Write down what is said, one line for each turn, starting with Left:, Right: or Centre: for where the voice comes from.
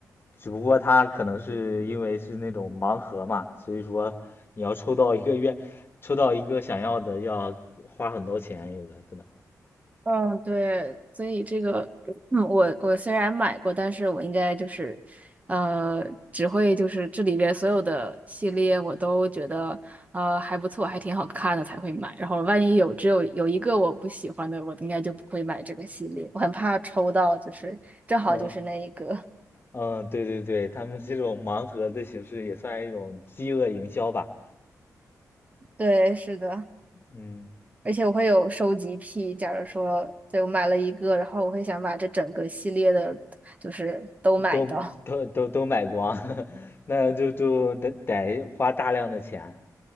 Left: 只不过他可能是因为是那种盲盒嘛，所以说你要抽到一个愿，抽到一个想要的要花很多钱，有的可能。
Right: 嗯，对，所以这个，嗯，我我虽然买过，但是我应该就是，呃，只会就是这里边所有的系列我都觉得，呃，还不错，还挺好看的才会买。然后万一有只有有一个我不喜欢的，我应该就不会买这个系列。我很怕抽到，就是正好就是那一个。
Left: 嗯嗯，对对对，他们这种盲盒的形式也算一种饥饿营销吧。
Right: 对，是的，
Left: 嗯，
Right: 而且我会有收集癖。假如说，对，我买了一个，然后我会想把这整个系列的，就是都买到。
Left: 都都都都买光，<laughs> 那就就得得花大量的钱。